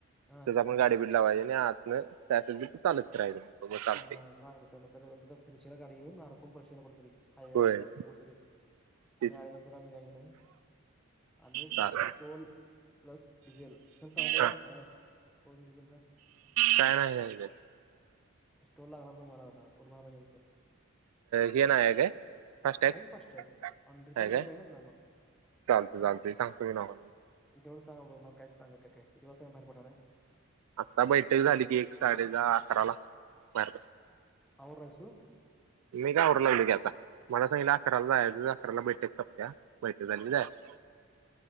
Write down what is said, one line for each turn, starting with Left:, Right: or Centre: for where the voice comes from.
Centre: हा.
Right: मग गाडी भिड लावायचि आणि आतन काय असलं ते चालत फिरायचं. मग चालते
Centre: ह हा सांग तस नाहीतर तिथं फिरशीला गाडी घेऊन अडकून पडशीला कुठं तरी. हायवेला
Right: होय
Centre: कुठतरी
Right: तेच
Centre: म गाडी नंतर आणी निघायचि नाही ना. आणि
Right: चालेल
Centre: टोल प्लस डिझेल खर्च सांगितलाय
Right: हा
Centre: काय, की नाही. क्रम डि. झेलचा
Right: काय नाही सांगितलेलं.
Centre: स्टोल लागला मला जाताना टोल भरायला पाहिजे तर.
Right: हे नाही काय फासटाकं
Centre: आहे की फास्ट टॅग आणि रिचार्ज
Right: हाय काय.
Centre: मारायला पाहिजे ना त्याला मग
Right: चालंतय चालंतय सांगतो मी नाव.
Centre: तेवढ सांग बघकाय सांग काय किती वाजता बाहेर पडणार आहे?
Right: आता बैठक झाली की एक साडे दहा, अकराला बाहेर पडायचं.
Centre: आवरलायस तू?
Right: मी काय आवरा लागलोय की आता. मला सांगितलं अकराला जायच अकराला बैठक सपत्या, बैठ झाली की जायचं.